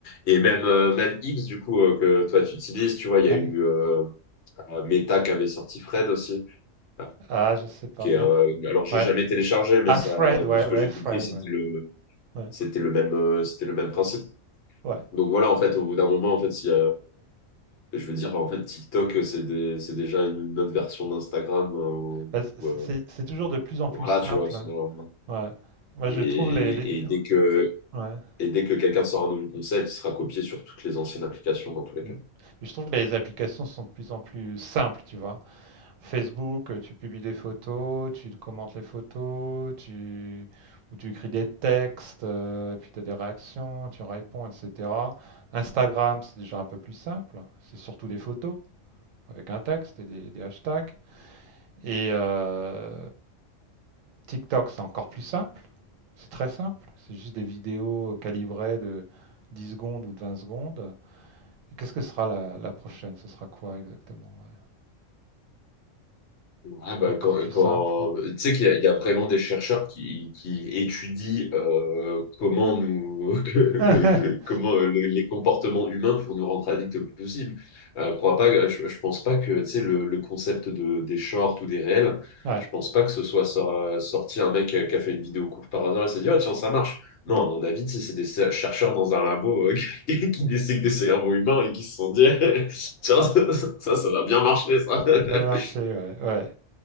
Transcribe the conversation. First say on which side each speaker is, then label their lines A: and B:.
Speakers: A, on the left (about 65°); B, on the right (about 85°).
A: Et même, euh, même X, du coup, euh, que toi tu utilises, tu vois, il y
B: ouais.
A: a eu
B: Ouais.
A: euh, euh, Meta qui avait sorti Fred aussi. euh,
B: Ah, je sais pas,
A: Qui
B: mais
A: est, euh, alors, j'ai
B: ouais.
A: jamais téléchargé, mais
B: Ah
A: ça,
B: Fred,
A: euh,
B: ouais,
A: de ce que
B: ouais,
A: j'ai
B: Fred,
A: compris, c'était
B: ouais.
A: le,
B: Ouais,
A: c'était le même, euh, c'était le même principe.
B: ouais.
A: Donc voilà, en fait, au bout d'un moment, en fait, si, et je veux dire, en fait, TikTok, c'est des- c'est déjà une autre version d'Instagram. euh, ou-
B: Bah, c'est
A: ou,
B: c'est
A: euh,
B: c'est c'est toujours de plus en plus
A: voilà,
B: simple,
A: tu vois. c'est
B: hein.
A: dans-
B: Ouais. Moi,
A: Et,
B: je trouve les les
A: et dès que,
B: ouais.
A: et dès que quelqu'un sort un nouveau concept, il sera copié sur toutes les anciennes applications, dans tous les
B: Mmh.
A: cas.
B: Mais je trouve que les applications sont de plus en plus simples, tu vois? Facebook, euh, tu publies des photos, tu commentes les photos, tu, ou tu écris des textes, euh, puis tu as des réactions, tu réponds, etc. Instagram, c'est déjà un peu plus simple. C'est surtout des photos avec un texte et des, des hashtags. Et euh, TikTok, c'est encore plus simple. C'est très simple. C'est juste des vidéos calibrées de 10 secondes ou de 20 secondes. Et qu'est-ce que sera la, la prochaine? Ce sera quoi exactement? Ouais.
A: Ouais, bah,
B: Encore
A: quand,
B: plus simple,
A: quand-
B: quoi.
A: Tu sais qu'il y, a il y a vraiment des chercheurs qui, qui étudient euh, comment nous <laughs> que-
B: <laughs>
A: que- comment euh, le- les comportements humains pour nous rendre addicts le plus possible. Euh, crois pas, que- je, je pense pas que tu sais, le, le concept de, des shorts ou des réels,
B: Ouais.
A: je pense pas que ce soit sor- sorti un mec qui a fait une vidéo courte par hasard et s'est dit Ah, tiens ça marche. Non,
B: Non.
A: à mon avis, tu sais, c'est des chercheurs dans un labo euh, <laughs> qui, qui dissèquent des cerveaux humains et qui se sont dit <laughs> Tiens, ça, ça ça va bien marcher ça.
B: Ça, c'est bien marché,
A: <laughs>
B: ouais. ouais.